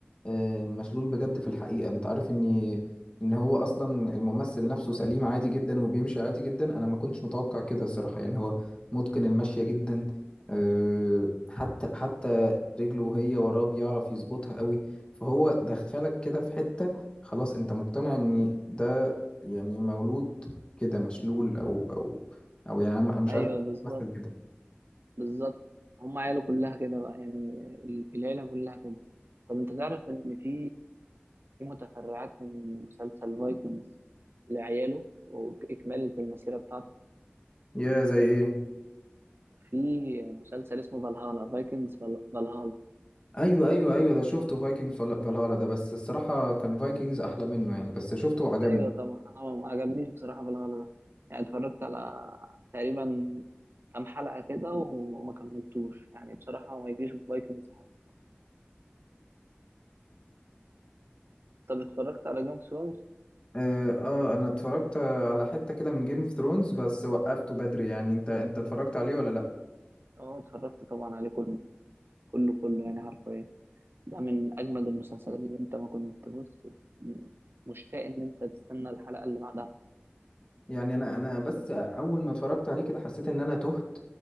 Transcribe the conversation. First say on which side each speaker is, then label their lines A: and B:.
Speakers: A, on the left; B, on the right.
A: آه، مشلول بجد في الحقيقة انت عارف اني ان هو اصلا الممثل نفسه سليم عادي جدا وبيمشي عادي جدا انا ما كنتش متوقع كده الصراحة يعني هو متقن المشية جدا آه، حتى حتى رجله وهي وراه بيعرف يظبطها قوي فهو دخلك كده في حتة خلاص انت مقتنع ان ده يعني مولود كده مشلول او او او يعني انا مش
B: ايوه
A: عارف
B: بالظبط
A: مثلا كده
B: بالظبط هم عياله كلها كده بقى يعني ال- العيله كلها كده طب انت تعرف ان في في متفرعات من مسلسل فايكنجز لعياله واكماله المسيره بتاعته
A: يا زي ايه
B: في مسلسل اسمه فالهالا فايكنجز فالهالا
A: ايوه ايوه ايوه ده شفته فايكنج فالهالا ده بس الصراحه كان فايكنجز احلى منه يعني بس شفته وعجبني
B: ايوه طبعا انا ما ما عجبنيش بصراحه فالهالا ده يعني اتفرجت على تقريبا كام حلقه كده وما كملتوش يعني بصراحه ما يجيش في فايكنجز حاجه طب اتفرجت على جيم اوف ثرونز
A: آه, اه انا اتفرجت على حته كده من جيم اوف ثرونز بس وقفته بدري يعني انت انت اتفرجت عليه ولا لا
B: اه اتفرجت طبعا عليه كله كله كله يعني حرفيا ده من اجمد المسلسلات اللي انت ما كنت بص م- مشتاق ان انت تستنى الحلقه اللي بعدها
A: يعني انا انا بس اول ما اتفرجت عليه كده حسيت ان انا تهت